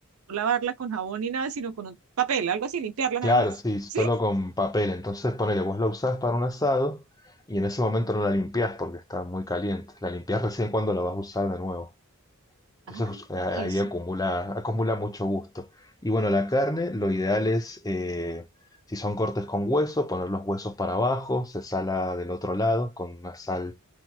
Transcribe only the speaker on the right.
lavarla con jabón ni nada, sino con un papel, algo así, limpiarla
nada más,
¿sí?
Ay,
Dios.